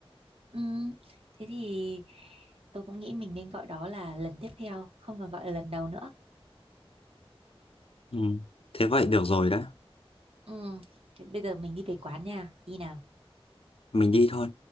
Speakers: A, on the right (about 70°); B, on the left (about 70°).
A: Ừm, thế thì tôi cũng nghĩ mình nên gọi đó là lần tiếp theo, không còn gọi là lần đầu nữa.
B: Ừ. Thế vậy được rồi đã.
A: Ừm, thế bây giờ mình đi về quán nha, đi nào.
B: Mình đi thôi.